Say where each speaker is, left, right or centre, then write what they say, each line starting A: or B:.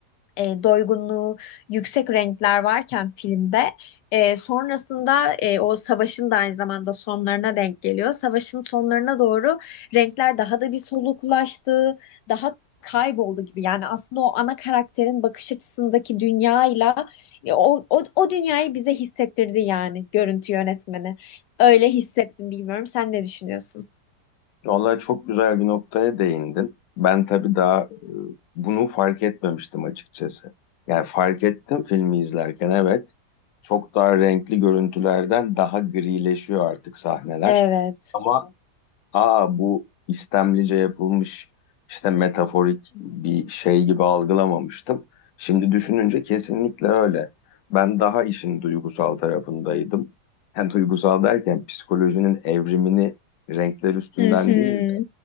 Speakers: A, on the left (about 80°); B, on the left (about 70°).
A: e, doygunluğu yüksek renkler varken filmde e, sonrasında e, o savaşın da aynı zamanda sonlarına denk geliyor. Savaşın sonlarına doğru renkler daha da bir soluklaştı, daha kayboldu gibi. Yani aslında o ana karakterin bakış açısındaki dünyayla e, o, o, o dünyayı bize hissettirdi yani görüntü yönetmeni. Öyle hissettim bilmiyorum. Sen ne düşünüyorsun?
B: Vallahi çok güzel bir noktaya değindin. Ben tabii daha e, bunu fark etmemiştim açıkçası. Yani fark ettim filmi izlerken evet. Çok daha renkli görüntülerden daha grileşiyor artık sahneler.
A: Evet.
B: Ama Aa bu istemlice yapılmış işte metaforik bir şey gibi algılamamıştım. Şimdi düşününce kesinlikle öyle. Ben daha işin duygusal tarafındaydım. Yani duygusal derken psikolojinin evrimini renkler üstünden
A: Hı hı,
B: değil de